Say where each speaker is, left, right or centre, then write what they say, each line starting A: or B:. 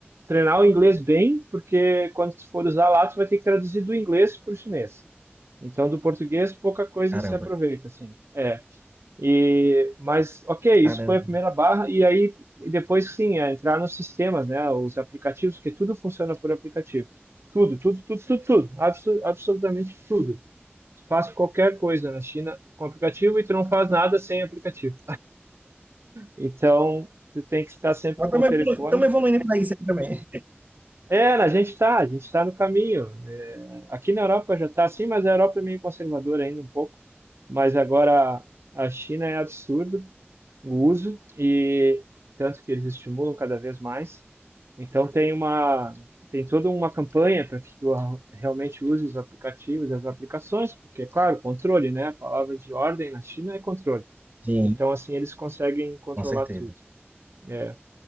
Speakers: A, on the right; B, on the right.
A: treinar o inglês bem, porque quando tu for usar lá, tu vai ter que traduzir do inglês para o chinês. Então, do português, pouca coisa
B: Caramba.
A: se aproveita, assim. É. E, mas, ok, isso
B: Caramba.
A: foi a primeira barra. E aí, e depois, sim, é entrar nos sistemas, né? Os aplicativos, porque tudo funciona por aplicativo. Tudo, tudo, tudo, tudo, tudo. Absu- absolutamente tudo. Tu faz qualquer coisa na China com aplicativo e tu não faz nada sem aplicativo. Então, tu tem que estar sempre
B: Nós
A: com
B: estamos
A: o telefone.
B: evolu- evoluindo para isso aí também.
A: É, a gente está, a gente está no caminho. É, aqui na Europa já está assim, mas a Europa é meio conservadora ainda um pouco. Mas agora a China é absurdo o uso, e tanto que eles estimulam cada vez mais. Então tem uma, tem toda uma campanha para que tu a- realmente use os aplicativos, as aplicações, porque, é claro, controle, né? A palavra de ordem na China é controle.
B: Sim,
A: Então, assim, eles conseguem controlar
B: com certeza.
A: tudo. É,